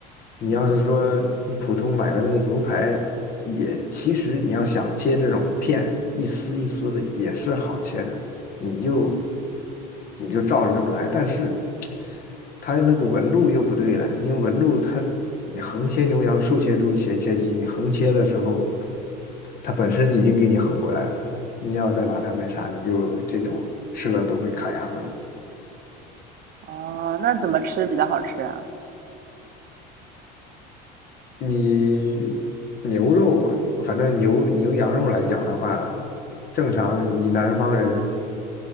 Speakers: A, on the left; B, on the right.
A: 你要是说你普通买的那个牛排，
B: 嗯，
A: 也其实你要想切这种片，一丝一丝的也是好切的，你就你就照着这么来，但是它那个纹路又不对了，因为纹路它你横切牛羊，竖切猪，斜切鸡，你横切的时候，它本身已经给你横过来了，你要再把它那啥，你就这种吃了都会卡牙缝。
B: 哦，那怎么吃比较好吃啊？
A: 你牛肉，反正牛牛羊肉来讲的话，正常以南方人，